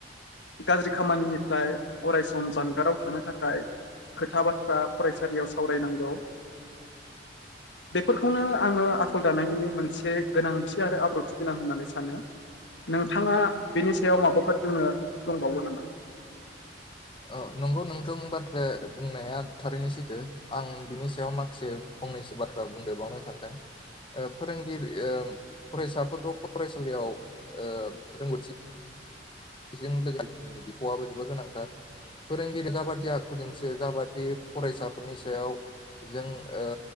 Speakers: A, on the left; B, on the left.
A: गाज्रि खामानिनिफ्राय अराय सम जानगाराव थानो थाखाय खोथा बाथ्रा फरायसालियाव सावरायनांगौ। बेफोरखौनो आङो आखल दानायनि मोनसे गोनांथि आरो आब्रुथि गोनां होननानै सानो। नोंथाङा बेनि सायाव माबाफोर बुंनो दंबावो नामा?
B: अ नंगौ नोंथां बाथ्रा बुंनाया थारैनो सैथो। आं बिनि सायाव माखासे फंनैसो बाथ्रा बुंदेरबावनो सानदों। ओ फोरोंगिरि ओं फरायसाफोरखौ फरायसालियाव ओ रोंगौथि बेजों लोगोसे जोंनि बिफावआबो जोबोर गोनांथार। फोरोंगिरिया जाबादिया आखु दिनथियो जाबादि फरायसाफोरनि सायाव जों ओ